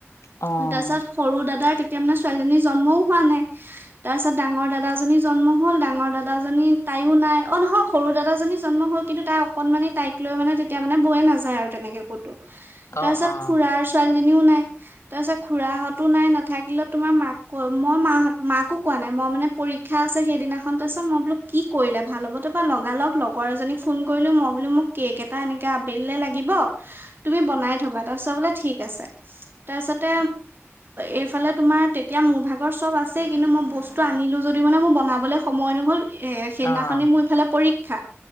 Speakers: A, on the left; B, on the right.
A: অ'।
B: তাৰ পিছত সৰু দাদাৰ তেত তেতিয়া মানে ছোৱালীজনী জন্মও হোৱা নাই, তাৰপিছত ডাঙৰ দাদাজনী জন্ম হ'ল, ডাঙৰ দাদাজনী তাইও নাই, অ' নহয় সৰু দাদাজনী জন্ম হ'ল, কিন্তু তাই অকণমানি তাইক লৈ মানে তেতিয়া মানে বৌয়ে নাযায় আৰু তেনেকে ক'তো। তাৰ
A: অ',
B: পিছত
A: অ',
B: খুৰাৰ ছোৱালী জনীও নাই। তাৰপাছত খুৰাহঁতো নাই, নাথাকিলেও তোমাৰ মাক কৈ মই মাহঁত-মাকো কোৱা নাই, মই মানে পৰীক্ষা আছে সেইদিনাখন, তাৰপাছত মই বুলো কি কৰিলে ভাল হ'ব, তাৰপৰা লগালগ লগৰ এজনীক ফোন কৰিলোঁ, মই বোলো মোক কেক এটা এনেকে আবেলিলৈ লাগিব, তুমি বনাই থ'বা, তাৰপাছত বোলে ঠিক আছে। তাৰপিছতে এইফালে তোমাৰ তেতিয়া মোৰ ভাগৰ চব আছেই, কিন্তু মই বস্তু আনিলোঁ যদিও মানে মোৰ বনাবলৈ সময় নহ'ল এ সেইদিনাখনি
A: অ'।
B: মোৰ ইফালে পৰীক্ খা,